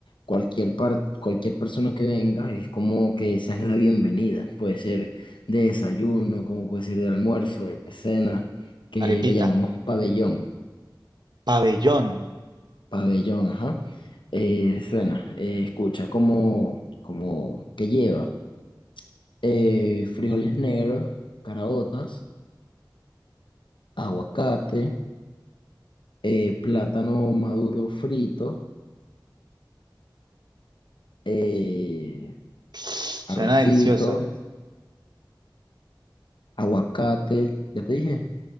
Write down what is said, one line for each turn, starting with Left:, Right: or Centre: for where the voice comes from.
Left: cualquier par- cualquier persona que venga es como que esa es la bienvenida. Puede ser de desayuno, como puede ser de almuerzo, de cena, que
Right: Arepita,
Left: le llamamos pabellón.
Right: pabellón.
Left: Pabellón, ajá. Eh, suena, eh, escucha como, como que lleva. eh, frijoles negros, caraotas, aguacate, eh, plátano maduro frito, eh,
Right: Suena
Left: arrocito,
Right: delicioso.
Left: aguacate, ya te dije,